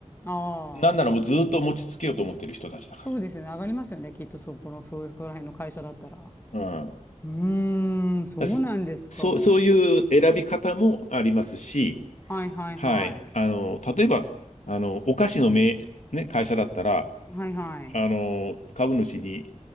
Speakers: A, on the left; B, on the left.
A: あ
B: なんならもうずっと持ち続けようと思ってる人たちだか
A: あ、そうですね。上がりますよね。きっとそこの、そういうこら辺の会社だったら。
B: ら。うん。
A: うーん、そうなんですか。
B: だすそう、
A: は
B: そういう選び方もありますし、
A: いはいはい。
B: はい。あの、例えば、あの、お菓子のめね、会社だったら、
A: はいはい。
B: あの、株主に、